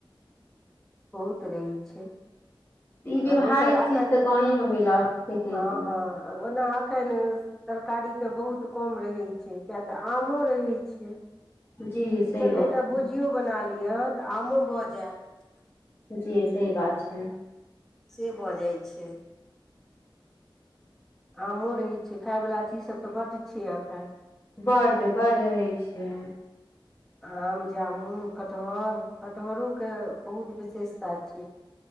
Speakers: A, in the centre; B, on the left (about 25°).
A: बहुत रहै छै
B: ई व्यावहारिक
A: आ दोसर अखन
B: चीज तऽ गाँवेमे मिलत देखैके
A: हँ आर ओना एखन तरकारीके बहुत कम रहै छै किया तऽ आमो रहैत छै
B: जी सही
A: चलू
B: गप
A: एकटा
B: छै
A: भुजियो बना लिअ तऽ आमो भऽ जायत
B: जी सही बात छै
A: से भऽ जाइ छै आमो रहैत छै खायवला चीजसभ तऽ बड्ड छैियै एखन
B: बड्ड बड रहै छै
A: आम जामुन कटहर कटहरोके बहुत विशेषता छै